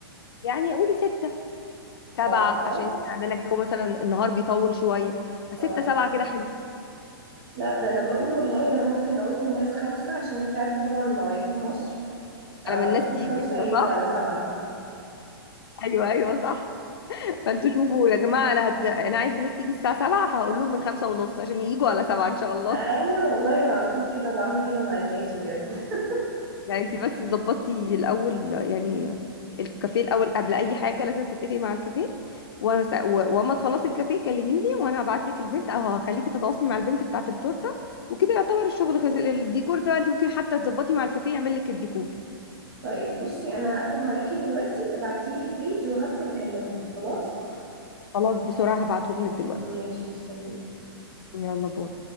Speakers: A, on the left; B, on the right.
A: يعني قولي ستة سبعة
B: اه فاهم
A: عشان احنا عندنا الجو مثلا النهار بيطول شوية فستة
B: اه
A: سبعة كده حلو
B: لا ده انا بقول والله انا ممكن اقول للناس خمسة عشان انت عارفه طبعا المواعيد في مصر اه
A: على ما
B: اقول
A: الناس
B: لهم
A: تيجي
B: خمسة
A: ايوه
B: هيجوا
A: صح
B: على سبعة
A: ايوه ايوه صح <laughs> فانتوا شوفوا يا جماعة انا هت... انا عايز الناس تيجي الساعة سبعة فهقول لهم من خمسة ونص عشان ييجوا على سبعة ان شاء الله
B: ايوه والله انا على طول كده بعمل كده مع الناس بجد <laughs>
A: يعني انت بس ظبطي الاول يعني الكافيه الاول قبل اي حاجة لازم تتفقي مع الكافيه وس... و... واما تخلصي الكافيه كلميني وانا هبعت لك البنت او هخليكي تتواصلي مع البنت بتاعة التورتة وكده يعتبر الشغل خلص الديكور ده انت ممكن حتى تظبطي مع الكافيه يعمل لك الديكور
B: طيب بصي انا هقفل معاكي دلوقتي تبعتيلي البيج وهدخل اكلمهم خلاص
A: خلاص بسرعة هبعتهم لك دلوقتي
B: ماشي مستنيك
A: يلا باي